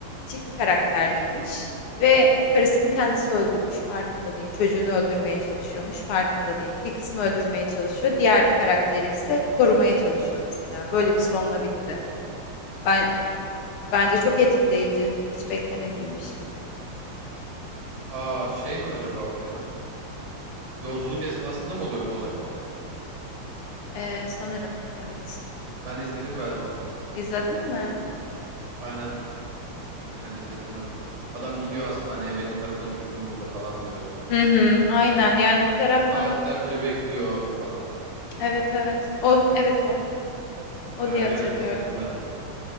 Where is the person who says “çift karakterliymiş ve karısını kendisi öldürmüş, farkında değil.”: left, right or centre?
Left